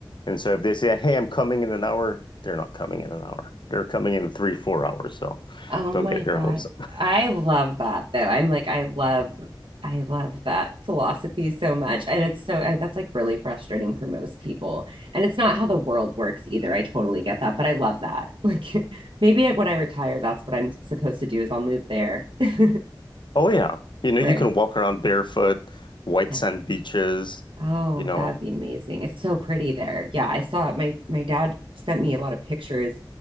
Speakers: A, on the left; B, on the right.
A: And so if they say, hey, I'm coming in an hour, they're not coming in an hour. They're coming in three, four hours. So
B: Oh
A: don't
B: my
A: get your
B: God.
A: hopes up.
B: I love that though. I'm like, I love, I love that philosophy so much. And it's so, I, that's like really frustrating for most people. And it's not how the world works either. I totally get that, but I love that. <laughs> Like maybe I, when I retire, that's what I'm supposed to do is I'll move there. <laughs>
A: Oh, yeah. You know,
B: Right.
A: you can walk around barefoot, white
B: Yeah.
A: sand beaches,
B: Oh,
A: you know.
B: that would be amazing. It's so pretty there. Yeah, I saw it. My my dad sent me a lot of pictures